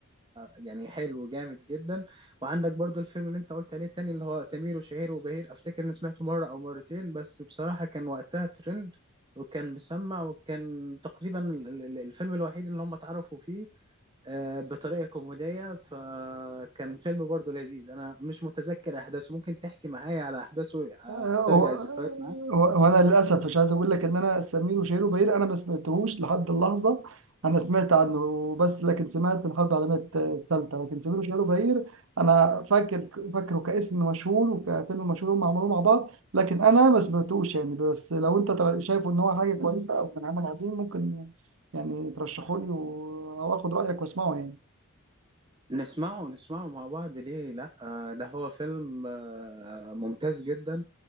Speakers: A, on the right (about 20°); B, on the right (about 65°).
A: يعني حلو جامد جدا وعندك برضو الفيلم اللي انت قلت عليه التاني اللي هو سمير وشهير وبهير افتكر اني سمعته مرة او مرتين بس بصراحة كان وقتها ترند وكان مسمع وكان تقريبا ال- ال- الفيلم الوحيد اللي هم اتعرفوا فيه آه، بطريقة كوميدية فكان فيلم برضو لذيذ انا مش متذكر احداثه ممكن تحكي معايا على احداثه آه،
B: و-
A: استرجع الذكريات معاك
B: و- وانا للاسف مش عايز اقول لك ان انا سمير وشهير وبهير انا ما سمعتهوش لحد اللحظه انا سمعت عنه وبس لكن سمعت الحرب العالميه الثالثه لكن سمير وشهير وبهير انا فاكر فاكره كاسم مشهور وكفيلم مشهور هم عملوه مع بعض لكن انا ما سمعتوش يعني بس لو انت تر- شايف ان هو حاجه كويسه او كان عمل عظيم ممكن يعني ترشحه لي و... او اخد رايك واسمعه يعني
A: نسمعه نسمعه مع بعض ليه لا آه، ده هو فيلم آه، ممتاز جدا